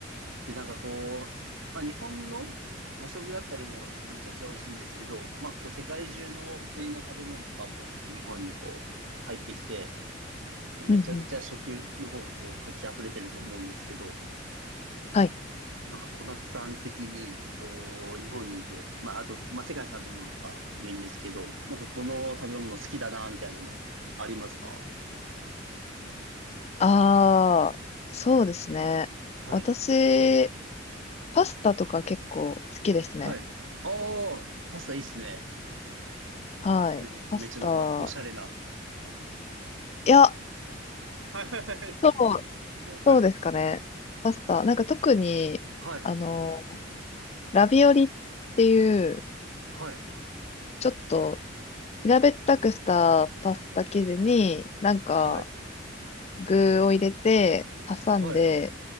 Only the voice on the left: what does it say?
うんうん。
はい。
ああ、そうですね。
私、パスタとか結構好きですね。
はい。
パスタ。
いや、
そう、
そうですかね。パスタ。なんか特に、
あの、ラビオリっていう、
ちょっと平べったくしたパスタ生地に、なんか
具を入れて、挟んで